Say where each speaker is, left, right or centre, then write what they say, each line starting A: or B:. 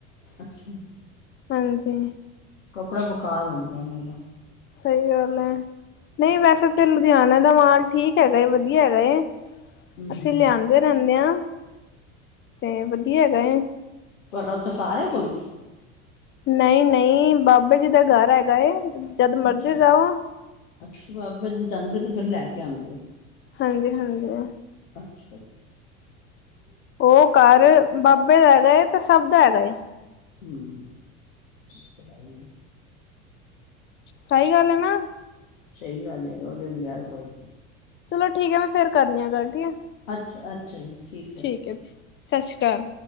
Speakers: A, on the left; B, on the left.
A: ਅੱਛਾ।
B: ਹਾਂਜੀ।
A: ਕੱਪੜਾ ਬੇਕਾਰ ਹੁੰਦਾ ਉਹਨਾਂ ਦਾ।
B: ਸਹੀ ਗੱਲ ਹੈ, ਨਹੀਂ ਵੈਸੇ ਤੇ ਲੁਧਿਆਣੇ ਦਾ ਮਾਲ ਠੀਕ ਹੈਗਾ ਏ, ਵਧੀਆ ਹੈਗਾ ਹੈ।
A: ਹੂੰ
B: ਅਸੀਂ
A: ਹੂੰ
B: ਲਿਆਂਦੇ ਰਹਿੰਨੇ ਆ, ਤੇ ਵਧੀਆ ਹੈਗਾ।
A: ਤੁਹਾਡਾ ਉਥੇ ਘਰ ਏ ਕੋਈ?
B: ਨਹੀਂ-ਨਹੀਂ, ਬਾਬੇ ਜੀ ਦਾ ਘਰ ਹੈਗਾ ਏ। ਜਦ ਮਰਜ਼ੀ
A: ਅੱਛਾ-ਅੱਛਾ,
B: ਜਾਓ
A: ਬਾਬੇ ਦੇ ਜਾਂਦੇ ਹੋ ਤੇ ਫਿਰ ਲੈ ਕੇ ਆਉਂਦੇ ਹੋ।
B: ਹਾਂਜੀ-ਹਾਂਜੀ।
A: ਅੱਛਾ-ਅੱਛਾ।
B: ਉਹ ਘਰ ਬਾਬੇ ਦਾ ਹੈਗਾ ਏ, ਤੇ ਸਭ ਦਾ ਹੈਗਾ ਏ।
A: ਹੂੰ, ੳ ਤੇ ਹੈ ਹੀ ਏ।
B: ਸਹੀ ਗੱਲ ਹੈਨਾ।
A: ਸਹੀ ਗੱਲ ਏ ਉਹਦੇ ਬਿਗੇਰ ਕੋਈ ਨਹੀਂ।
B: ਚਲੋ ਠੀਕ ਹੈ, ਮੈਂ ਫਿਰ ਕਰਨੀ ਆ ਗੱਲ ਠੀਕ ਹੈ।
A: ਅੱਛਾ-ਅੱਛਾ ਜੀ, ਠੀਕ ਹੈ।
B: ਠੀਕ <unintelligible> ਸਤਿ ਸ਼੍ਰੀ ਅਕਾਲ।